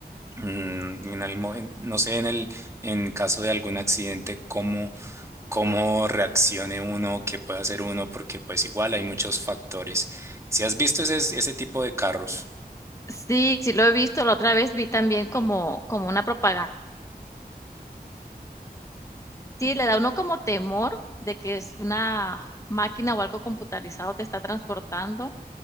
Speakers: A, on the right; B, on the left.
A: mm, En el, mo- en- no sé, en el en caso de algún accidente, cómo, cómo reaccione uno, qué puede hacer uno, porque pues igual hay muchos factores. Si has visto ese, ese tipo de carros.
B: Sí, sí lo he visto. La otra vez vi también como, como una propaganda. Sí, le da uno como temor de que es una máquina o algo computarizado te está transportando.